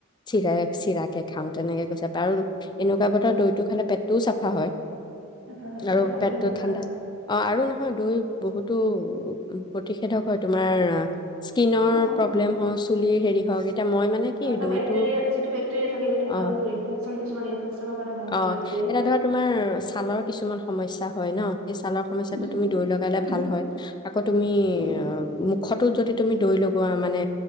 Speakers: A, on the left (about 20°); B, on the right (about 65°).
A: চিৰা চিৰাকে খাওঁ তেনেকে কৈছে আৰু এনেকুৱা বতৰ দৈ টো খালে পেটটোও চাফা হয়।
B: নাপাহৰি দৈ
A: আৰু
B: খাব
A: পেটটো
B: লাগে
A: ঠাণ্ডা
B: ভাল খুব।
A: অ আৰু নহয় দৈ বহুতো প্ৰতিষেধক হয় তোমাৰ স্কিনৰ
B: অ',
A: প্ৰব্লেম হওঁক চুলিৰ হেৰি হওক এতিয়া মই মানে কি
B: আৰু এটা
A: দৈটো
B: বেক্টেৰিয়া যিটো বেক্টেৰিয়াৰ থাকে সেইটো
A: অ
B: ভাল টো ইনফেকচন কিছুমান ইনফেক্যনৰ কাৰণ ভাল
A: অ',
B: সেইটো বেক্টেৰিয়া।
A: এতিয়া ধৰা তোমাৰ ছালৰ কিছুমান সমস্যা হয় ন। সেই ছালৰ সমস্যাটো
B: উম,
A: তুমি দৈ লগালে
B: উম,
A: ভাল হয়। আকৌ তুমি
B: উম,
A: অ মোক মুখটোত যদি তুমি দৈ লগোৱা মানে